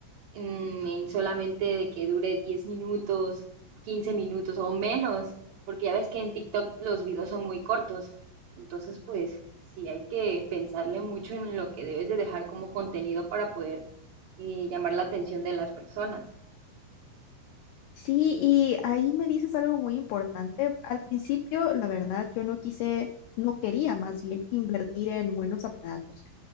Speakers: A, on the right; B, on the left.
A: en, en solamente de que dure 10 minutos, 15 minutos o menos, porque ya ves que en TikTok los videos son muy cortos. Entonces, pues sí, hay que pensarle mucho en lo que debes de dejar como contenido para poder eh, llamar la atención de las personas.
B: Sí, y ahí me dices algo muy importante. Al principio, la verdad, yo no quise, no quería más bien invertir en buenos aparatos,